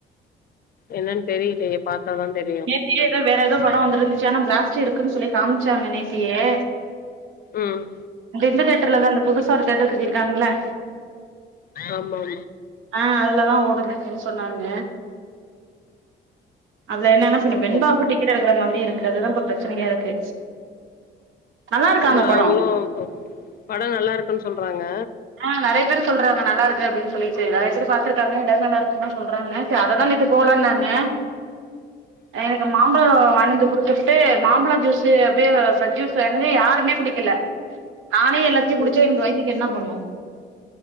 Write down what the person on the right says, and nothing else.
நேத்தியே ஏதோ வேற ஏதோ படோ வந்துருந்துச்சி ஆனா பிளாஸ்ட் இருக்குன்னு சொல்லி காமிச்சாங்க நேத்தியே
இந்த இந்த தேட்டர்லதா இந்த புதுசா ஒரு தேட்டர் கட்டிருக்காங்களா
ஆ அதுலதா ஓடுது அப்டின்னு சொன்னாங்க அதுல என்னன்னா பின்ன
வெண்பாவுக்கு டிக்கட் எடுக்கற மாதிரி இருக்கு அதுதா இப்ப பிரச்சனையா இருக்கு நல்லா இருக்கா
அந்த படோ
ஆ நெறய பேர் சொல்றாங்க நல்லா இருக்கு அப்டின்னு சொல்லிட்டு நெறைய பேரு பாத்துருக்கங்க எல்லாரு நல்லா இருக்குன்னுதா சொல்றாங்க சேரி அததா நேத்து போலானாங்க
எனக்கு மாம்பழம் வாங்கிட்டு வந்து குடுத்துபுட்டு மாம்பழம் ஜூஸு அப்டியேவு ப்ரஸ் ஜூஸ் வாங்கிட்டு வந்து யாருமே குடிக்கல நானே எல்லாத்தையு குடிச்சா
எனக்கு வயித்துக்கு என்ன பண்ணு